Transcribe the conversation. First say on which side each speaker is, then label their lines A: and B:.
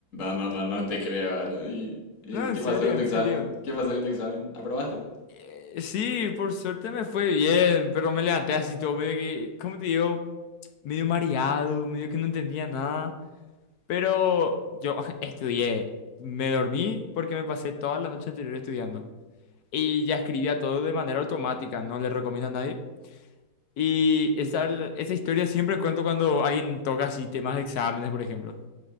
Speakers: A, on the left; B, on the left.
A: no, no, no no te creo. Ale. ¿Y, y
B: No, en
A: qué
B: serio,
A: pasó con
B: en
A: tu examen?
B: serio.
A: ¿Qué pasó con tu examen? ¿Aprobaste? Eso
B: Eh, Sí, por suerte me fue bien, pero me levanté así todo, medio que, ¿cómo te digo? Medio mareado, medio que no entendía nada. Pero yo <laughs> estudié, me dormí porque me pasé toda la noche anterior estudiando. Y ya escribía todo de manera automática, no le recomiendo a nadie. Y esa, esa historia siempre cuento cuando alguien toca así temas de exámenes, por ejemplo.